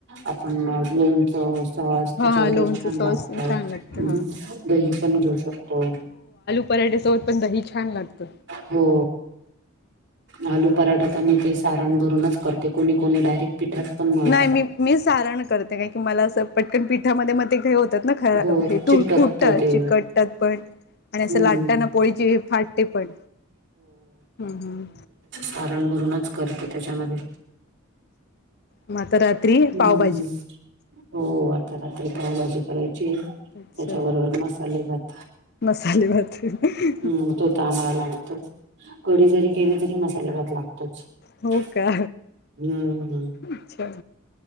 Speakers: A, on the right; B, on the left.
A: आपण लोणच सॉस त्याच्याबरोबर
B: हा लोणचं
A: छान
B: सॉस
A: लागत
B: छान लागतं हा
A: दही पण घेऊ शकतो
B: पराठेसोबत पण दही छान लागत
A: हो आलू पराठा त्यांनी ते सारण भरूनच करते कोणी कोणी डायरेक्ट पिठात पण मळतात
B: नाही मी मी सारण करते का की मला असं पटकन पीठामध्ये मग ते काही होतात खरा
A: हो
B: हे त
A: चिटकत
B: फुटत
A: ते
B: चिकटतात पण आणि असं
A: हम्म
B: लाटताना पोळीची फाटते पण हम् हम्
A: कारण भरूनच करते त्याच्यामध्ये
B: मग आता रात्री
A: हम्म
B: पावभाजी
A: हो आता रात्री पावभाजी करायची त्याच्याबरोबर
B: अच्छा
A: मसाले भात
B: मसाले भात <inaudible>
A: हम् तो तर आम्हाला लागतच कडी जरी केली तरी मसाले भात लागत अच्छ
B: हो
A: हम्म
B: का
A: हम्
B: अच्छा